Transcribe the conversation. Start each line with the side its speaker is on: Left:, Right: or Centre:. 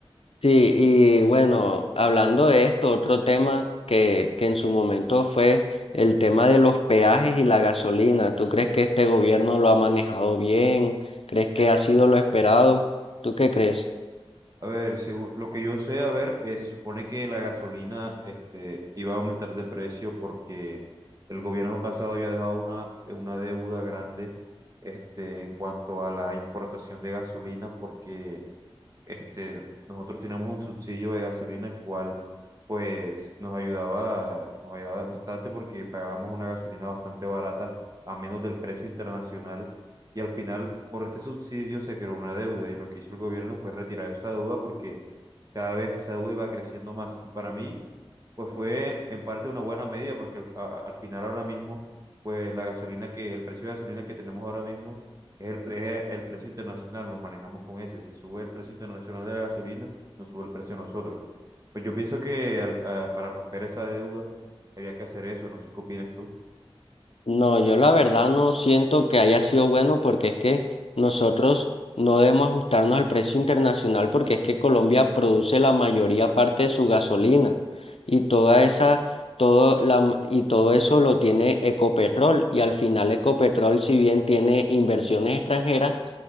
Left: Sí, y bueno, hablando de esto, otro tema que, que en su momento fue el tema de los peajes y la gasolina. ¿Tú crees que este gobierno lo ha manejado bien? ¿Crees que ha sido lo esperado? ¿Tú qué crees?
Right: A ver, según lo que yo sé, a ver, eh, se supone que la gasolina este, iba a aumentar de precio porque el gobierno pasado había dejado una, una deuda grande este, en cuanto a la importación de gasolina porque este, nosotros teníamos un subsidio de gasolina el cual pues nos ayudaba, nos ayudaba bastante porque pagábamos una gasolina bastante barata a menos del precio internacional. Y al final, por este subsidio se creó una deuda y lo que hizo el gobierno fue retirar esa deuda porque cada vez esa deuda iba creciendo más. Y para mí, pues fue en parte una buena medida, porque al a- al final ahora mismo, pues la gasolina que, el precio de gasolina que tenemos ahora mismo es el, pre- es el precio internacional, nos manejamos con ese. Si sube el precio internacional de la gasolina, nos sube el precio a nosotros. Pues yo pienso que al- a- para romper esa deuda había que hacer eso, no sé qué opinas tú.
Left: No, yo la verdad no siento que haya sido bueno porque es que nosotros no debemos ajustarnos al precio internacional porque es que Colombia produce la mayoría parte de su gasolina y toda esa todo la m- y todo eso lo tiene Ecopetrol y al final Ecopetrol si bien tiene inversiones extranjeras